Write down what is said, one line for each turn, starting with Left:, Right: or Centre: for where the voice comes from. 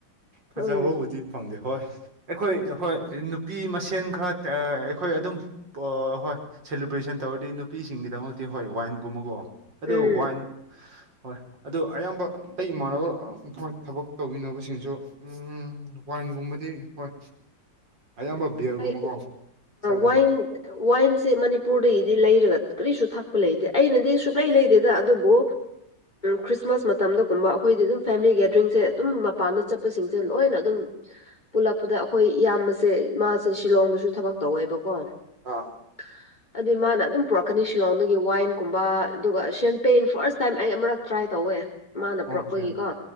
Right: ꯐꯖꯕꯕꯨꯗꯤ
Left: ꯎꯝ
Right: ꯐꯪꯗꯦ ꯍꯣꯏ ꯑꯩꯈꯣꯏ ꯍꯣꯏ ꯅꯨꯄꯤ ꯃꯁꯦꯟ ꯈꯔ ꯑꯩꯈꯣꯏ ꯑꯗꯨꯝ ꯍꯣꯏ ꯁꯦꯂꯦꯕ꯭ꯔꯦꯁꯟ ꯇꯧꯔꯗꯤ ꯅꯨꯄꯤꯁꯤꯡꯒꯤꯗꯃꯛꯇꯤ ꯍꯣꯏ ꯋꯥꯏꯟꯒꯨꯝꯕꯀꯣ
Left: ꯎꯝ
Right: ꯑꯗꯨ ꯋꯥꯏꯟ ꯍꯣꯏ ꯑꯗꯨ ꯑꯌꯥꯝꯕ ꯑꯩ ꯏꯃꯥꯟꯅꯕ ꯍꯣꯏ ꯊꯕꯛ ꯇꯧꯃꯤꯟꯅꯅꯕꯁꯤꯡꯁꯨ ꯎꯝ ꯋꯥꯏꯟꯒꯨꯝꯕꯗꯤ ꯍꯣꯏ ꯑꯌꯥꯝꯕ
Left: ꯎꯝ
Right: ꯕꯤꯌꯔꯒꯨꯝꯕꯀꯣ
Left: ꯍꯩ
Right: ꯆꯠꯂꯦ
Left: ꯋꯥꯏꯟ ꯋꯥꯏꯟꯁꯦ ꯃꯅꯤꯄꯨꯔꯗꯒꯤꯗꯤ ꯂꯩꯔꯒ ꯀꯔꯤꯁꯨ ꯊꯛꯄ ꯂꯩꯇꯦ ꯑꯩꯅꯗꯤ ꯁꯨꯛꯂꯩ ꯂꯩꯗꯦꯗ ꯑꯗꯨꯕꯨ ꯈ꯭ꯔꯤꯁꯃꯥꯁ ꯃꯇꯝꯗꯒꯨꯝꯕ ꯑꯩꯈꯣꯏꯗꯤ ꯑꯗꯨꯝ ꯐꯦꯃꯤꯂꯤ ꯒꯦꯗꯔꯤꯡꯁꯦ ꯑꯗꯨꯝ ꯃꯄꯥꯟꯗ ꯆꯠꯄꯁꯤꯡꯁꯦ ꯂꯣꯏꯅ ꯑꯗꯨꯝ ꯄꯨꯜꯂꯛꯄꯗ ꯑꯩꯈꯣꯏ ꯏꯌꯥꯝꯕꯁꯦ ꯃꯥꯁꯦ ꯁꯤꯂꯣꯡꯗꯁꯨ ꯊꯕꯛ ꯇꯧꯋꯦꯕꯀꯣ
Right: ꯑꯥ
Left: <inaudible> ꯑꯗꯨ ꯃꯥꯅ ꯑꯗꯨꯝ ꯄꯨꯔꯛꯀꯅꯤ ꯁꯤꯂꯣꯡꯗꯒꯤ ꯋꯥꯏꯟ ꯀꯨꯝꯕ ꯑꯗꯨꯒ ꯁꯦꯝꯄꯄꯦꯟ ꯐꯥꯔꯁ ꯇꯥꯏꯝ ꯑꯩ ꯑꯃꯨꯔꯛ ꯇ꯭ꯔꯥꯏ ꯇꯧꯋꯦ ꯃꯥꯅ
Right: ꯑꯣꯀꯦ
Left: ꯄꯨꯔꯛꯄꯒꯤꯀꯣ